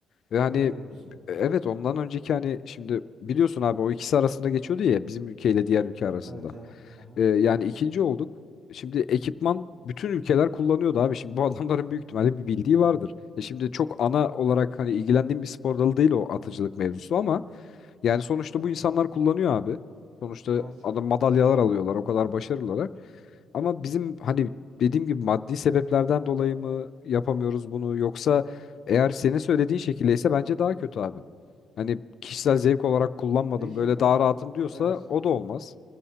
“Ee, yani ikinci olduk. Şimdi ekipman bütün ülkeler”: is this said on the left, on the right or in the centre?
Left